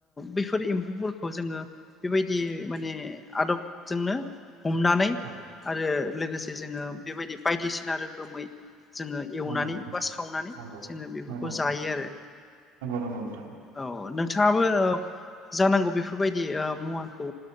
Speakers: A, on the left; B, on the right.
A: बेैफोर एम्फौफोरखौ जोङो बेबायदि माने आदबजोंनो हमनानै।
B: औ
A: आरो। लोगोसे जोङो बेबायदि बायदिसिना रोखोमै। जोङो एवनानै
B: नंगौ नोंथां
A: बा सावनानै
B: नंगौ
A: जोङो बेफोरखौ
B: नंगौ
A: जायो आरो
B: नोंथां नंगौ नोंथां
A: औ नोंथाङाबो ओ जानांगौ बेफोरबायदि ओ मुवाखौ